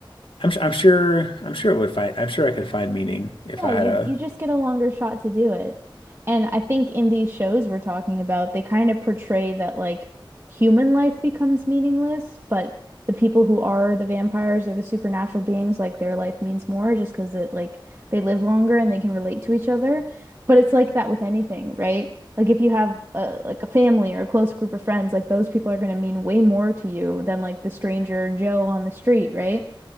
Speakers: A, on the left; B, on the right.
A: I'm su- I'm sure I'm sure it would find I'm sure I could find meaning if
B: Yeah,
A: I
B: you
A: had a
B: you just get a longer shot to do it. And I think in these shows we're talking about, they kind of portray that like human life becomes meaningless, but the people who are the vampires or the supernatural beings, like their life means more just because it like they live longer and they can relate to each other. But it's like that with anything, right? Like if you have a, like a family or a close group of friends, like those people are going to mean way more to you than like the stranger Joe on the street, right?